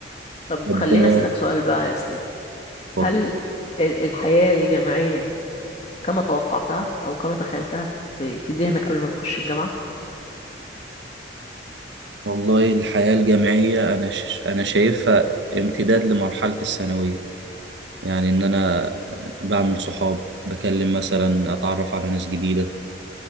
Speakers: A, on the left (about 35°); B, on the right (about 75°).
A: طب
B: طب
A: خليني اسالك سؤال بقى يا اسلام
B: اتفضل.
A: هل ال- الحياة الجامعية كما توقعتها او كما تخيلتها في في ذهنك قبل ما تخش الجامعة
B: والله الحياة الجامعية انا ش... انا شايفها امتداد لمرحلة الثانوية يعني ان انا بعمل صحاب بكلم مثلا اتعرف على ناس جديدة